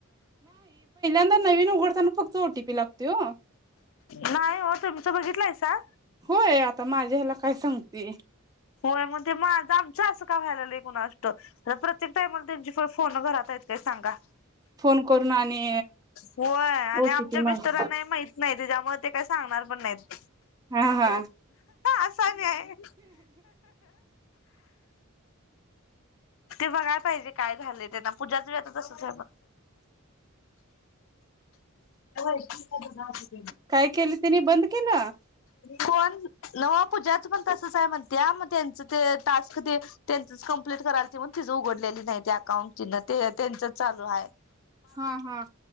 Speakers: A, on the right; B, on the left.
A: नाय नवीन उघडताना फक्त ओ टी पी लागतय ओ.
B: नाही ओ तूमच बघितलायसा.
A: होय आता माझ्या ह्याला काय सांगती.
B: होय म्हणते माजा. छे असं का व्हायलय कुणास ठाउक, प्रत्येक टाइमाला त्यांची फोन घरात हाइत काय सांगा.
A: फोन करून आणि.
B: होय आणि
A: ओटीपी
B: आमच्या मीस्टरांना,
A: मग
B: हे माहित नाही त्याच्यामुळे ते काय सांगणार पण नाहीत.
A: हा हा
B: असा आणि आहे ते बघाया पाहिजे. काय झालंय त्यांना पूजाच बी आता तसच हाय <unintelligible>
A: काय केल तेनी बंद केल.
B: कोण नवं पूजाचं पण तसंच हाय म्हणतीया मग त्यांचं ते टास्क ते त्यांचच कंप्लीट करालती, म्हणून तिचं उघडलेल नाही ते अकाउंट तीन ते त्यांचंच चालू हाय.
A: हा हा